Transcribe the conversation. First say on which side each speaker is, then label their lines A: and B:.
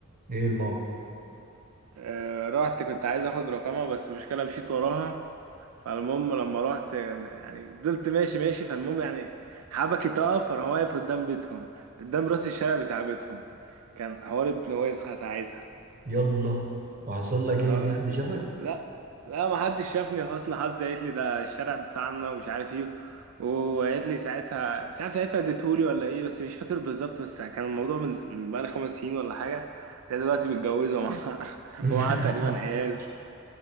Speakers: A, on the right (about 40°); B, on the right (about 80°).
A: ايه الموقف
B: آه رحت كنت عايز اخد رقمها بس مشكلة مشيت وراها فالمهم لما رحت يعني فضلت ماشي ماشي فالمهم يعني حبكي تقف فراح واقف قدام بيتهم قدام راس الشارع بتاع بيتهم كان حوار ابن ويسخة ساعتها
A: يلا وحصل لك
B: آه.
A: ايه في حد شافك
B: لا لا ما حدش شافني لحسن حظي قالت لي ده الشارع بتاعنا ومش عارف ايه وقالت لي ساعتها مش عارف ساعتها اديتهولي ولا ايه بس مش فاكر بالظبط بس كان الموضوع من من بقالي خمس سنين ولا حاجة هي دلوقتي متجوزة ومع- <laughs>
A: <laughs>
B: ومعاها تقريبا عيال